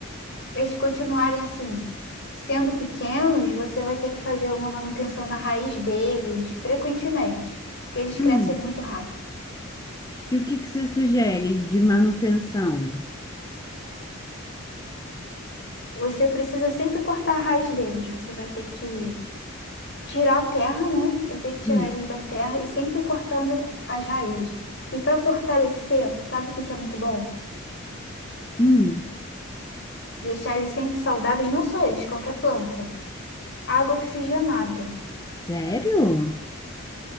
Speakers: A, on the left; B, on the left.
A: eles continuarem assim, sendo pequenos, você vai ter que fazer uma manutenção na raiz deles frequentemente, porque eles crescem
B: Hum,
A: muito rápido.
B: E o que que você sugere de manutenção?
A: Você precisa sempre cortar a raiz deles. Você vai ter que tirar a terra, né? Vai ter que tirar
B: Hum,
A: eles da terra e sempre cortando as raízes. E para fortalecer, sabe o que que é muito bom?
B: hum,
A: Deixar eles sempre saudáveis, não só eles, qualquer planta. Água oxigenada.
B: sério?